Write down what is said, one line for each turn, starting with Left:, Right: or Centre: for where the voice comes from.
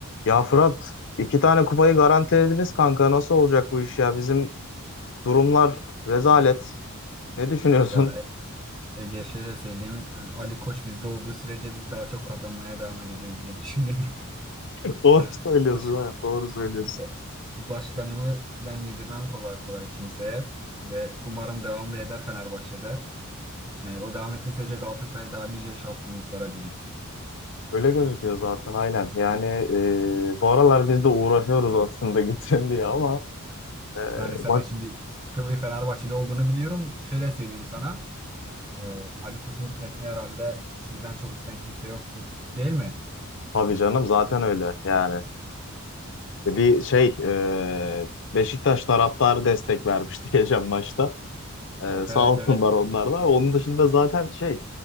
Left: Ya Fırat iki tane kupayı garantilediniz kanka. Nasıl olacak bu iş ya? Bizim durumlar rezalet. Ne düşünüyorsun?
Right: Ya E- Ege şöyle söyleyeyim. e, Ali Koç bizde olduğu sürece biz daha çok kazanmaya devam edeceğiz diye düşünüyorum.
Left: <laughs> Doğru
Right: <laughs>
Left: söylüyorsun,
Right: Baş-
Left: evet, doğru söylüyorsun.
Right: Ya, Başkanımı ben yedirmem kolay kolay kimseye ve umarım devam da eder Fenerbahçe'de. Yani o devam ettiği sürece Galatasaray daha nice şampiyonluklara diyeyim.
Left: Öyle gözüküyor zaten aynen. Yani e, bu aralar biz de uğraşıyoruz aslında <laughs> gitsin diye ama e,
Right: Yani sen
Left: bak
Right: de şimdi sıkı bir Fenerbahçeli olduğunu biliyorum. Şöyle söyleyeyim sana. e, Ali Koç'un gitmesini herhalde sizden çok isteyen kimse yoktur. Değil mi?
Left: tabii canım zaten öyle yani. e, Bir şey e, Beşiktaş taraftarı destek vermişti <laughs> geçen maçta. E, sağ
Right: Evet
Left: olsunlar
Right: evet.
Left: onlar da. Onun dışında zaten şey